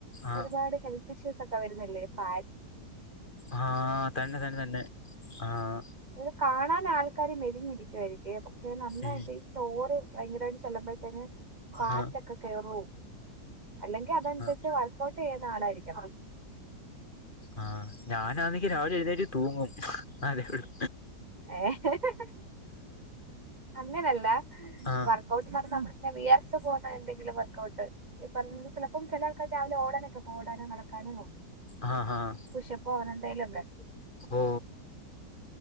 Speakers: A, on the left; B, on the right.
A: ആ
B: ഒരുപാട് ഹെൽ ഇഷ്യൂസൊക്കെ വരുന്നില്ലേ ഫാ
A: ആഹ് തന്നെ തന്നെ തന്നെ ആഹ്
B: അത് കാണാൻ ആൾക്കാര് മെലിഞ്ഞിരിക്കുവായിരിക്കുവേ പക്ഷെ നന്നായിട്ട്
A: ഉം
B: ചോറ് ഭയങ്കരമായിട്ട് ചെല്ലുമ്പോഴത്തേന് ഫാറ്റൊക്കെ
A: ആ
B: കേറും അല്ലെങ്കിൽ അതനുസരിച്ച്
A: ആ
B: വർക്കഔട്ട് ചെയ്യുന്ന ആളായിരിക്കാം
A: ആഹ് ഞാനാന്നെങ്കി രാവിലെ എഴുത് തൂങ്ങും അതേ ഉള്ളൂ
B: ഏഹ് <unintelligible> അങ്ങേനല്ല
A: ആ
B: വർക്കൊട്ട് പറഞ്ഞ നമ്മെ വിയാർത്ത് പോന്ന എന്തെങ്കിലും വർക്കഔട്ട് ഈ പറഞ്ഞത് ചിലപ്പോ ചില ആൾക്കാർ രാവിലെ ഓടാനൊക്കെ ഓടാനോ കടക്കാനോ
A: ആഹ് ആഹ്
B: പുഷപ്പ് അങ്ങന എന്തായാലും ഇല്ലേ
A: ഓ